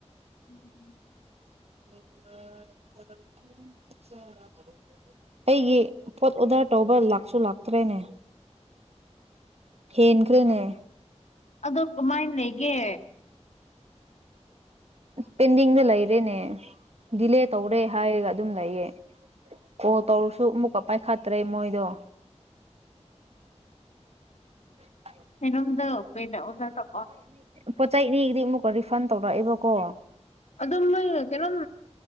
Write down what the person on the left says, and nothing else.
ꯎꯝ
ꯑꯣ ꯀꯃꯥꯏꯅ ꯂꯩꯒꯦ
ꯀꯩꯅꯣꯝꯗ ꯀꯣꯏ ꯑꯣꯗ ꯇ
ꯑꯗꯨꯝ ꯃꯣꯏ ꯀꯩꯅꯣꯝ